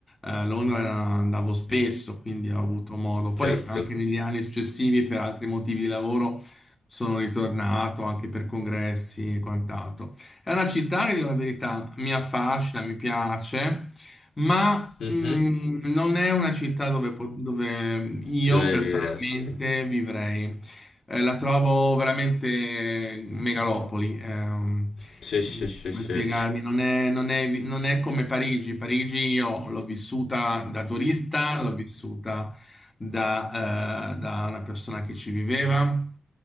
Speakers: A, on the left; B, on the left.
A: a Londra andavo spesso, quindi ho avuto modo.
B: certo.
A: Poi anche negli anni successivi per altri motivi di lavoro sono ritornato anche per congressi e quant'altro. È una città che, dico la verità, mi affascina, mi piace, ma
B: Mhm.
A: mh, non è una città dove, po- dove io
B: Dove
A: personalmente
B: vivresti?
A: vivrei. Eh, la trovo veramente megalopoli. ehm.
B: Sì, sì, sì,
A: Come
B: sì.
A: spiegarmi? Non è, non è- non è come Parigi. Parigi io l'ho vissuta da turista, l'ho vissuta da, eh, da una persona che ci viveva